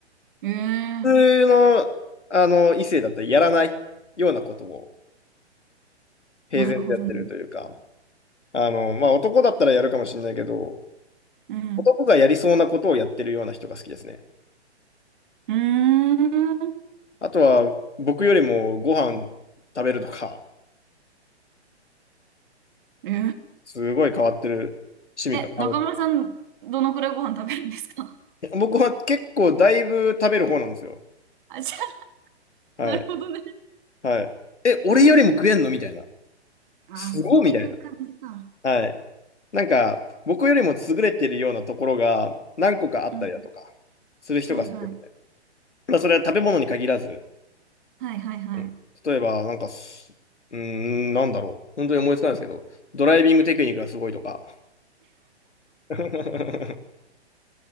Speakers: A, on the right; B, on the left.
A: ええ
B: 普通の、あの、異性だったらやらないようなことを平然とやってるというか、
A: なるほどね。
B: あの、まあ、男だったらやるかもしれないけど、
A: うん。
B: 男がやりそうなことをやってるような人が好きですね。
A: うーん。
B: あとは、僕よりもご飯食べるとか、
A: え
B: すごい変わってる趣味かな。
A: ええ、中村さん、
B: あの
A: どのくらいご飯食べるんですか
B: 僕は結構だいぶ食べる方なんですよ。
A: <laughs> あ、じゃ
B: はい。
A: あ、なるほどね。
B: はい。え、俺よりも食えんのみたいな。
A: うーん。あ、
B: すごいみたいな。
A: そういう感じか。
B: はい。なんか、僕よりも優れてるようなところが何個かあったりだとか、
A: うん。
B: する人が好きですね。
A: はいはい。
B: まあ、それは食べ物に限らず、
A: はいはいはい。
B: うん、例えば、なんかす、うーん、なんだろう。本当に思いつかないですけど、ドライビングテクニックがすごいとか。<laughs>